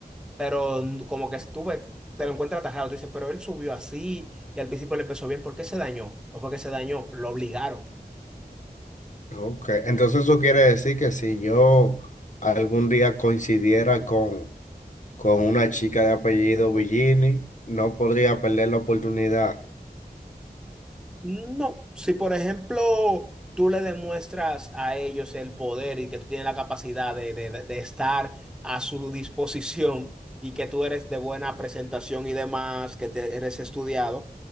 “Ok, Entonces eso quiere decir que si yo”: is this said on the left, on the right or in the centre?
Left